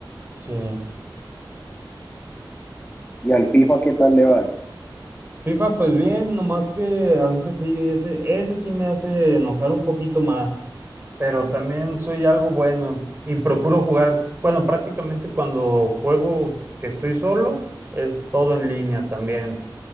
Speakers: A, on the right (about 25°); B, on the left (about 20°).
A: Sí.
B: ¿Y al FIFA qué tal le vas?
A: FIFA, pues bien, nomás que a veces sí, ese, ese sí me hace enojar un poquito más, pero también soy algo bueno y procuro jugar, bueno, prácticamente cuando juego que estoy solo, es todo en línea también,